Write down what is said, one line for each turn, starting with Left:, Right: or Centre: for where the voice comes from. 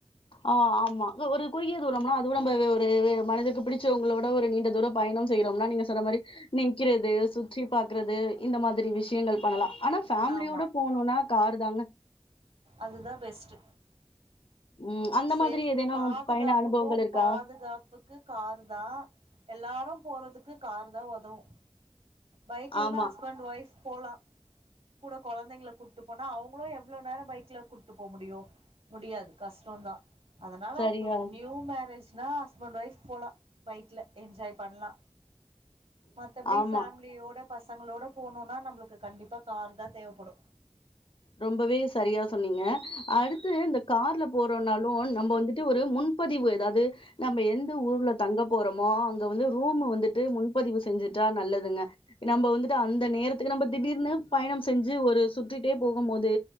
Left: ஆ ஆமா ஒரு குறுகிய தூரோம்னா அது விட நம்ப ஒரு மனதுக்கு பிடிச்சவங்களோட ஒரு நீண்ட தூர பயணம் செய்யறோம்னா நீங்க சொன்ன மாரி நிக்கிறது சுற்றி பாக்குறது இந்த மாதிரி விஷயங்கள் பண்ணலா ஆனா ஃபேமிலியோட
Right: ஆமா
Left: போனுனா காரு தாங்க
Right: அதுதா பெஸ்ட்டு
Left: ம் அந்த
Right: சே
Left: மாதிரி ஏதேனு
Right: பாதுகாப்புக்கு
Left: பயண அனுபவங்கள் இருக்கா
Right: பாதுகாப் புக்கு கார்தா எல்லாரு போறதுக்கு கார்தா ஒதவு பைக்லனா
Left: ஆமா
Right: ஹஸ்பண்ட் ஒய்ஃப் போலா கூட கொழந்தைங்கள கூட்டு போனா அவங்களு எவ்ளோ நேர பைக்ல கூட்டு போ முடியு முடியாது கஷ்டந்தா அதனால
Left: சரியா
Right: புது நியூ மேரேஜ்னா ஹஸ்பண்ட் ஒய்ஃப் போலா பைக்ல என்ஜாய் பண்லா மத்தபடி
Left: ஆமா
Right: ஃபேமிலியோட பசங்களோட போனுனா நம்ளுக்கு கண்டிப்பா கார்தா தேவப்படு
Left: ரொம்பவே சரியா சொன்னீங்க அடுத்து இந்த கார்ல போறோனாலு நம்ம வந்துட்டு ஒரு முன் பதிவு எதாது நம்ம எந்த ஊர்ல தங்க போறோமோ அங்க வந்து ரூம் வந்துட்டு முன்பதிவு செஞ்சுட்டா நல்லதுங்க நம்ம வந்துட்டு அந்த நேரத்துக்கு நம்ம திடீர்னு பயண செஞ்சு ஒரு சுத்திட்டே போகும்போது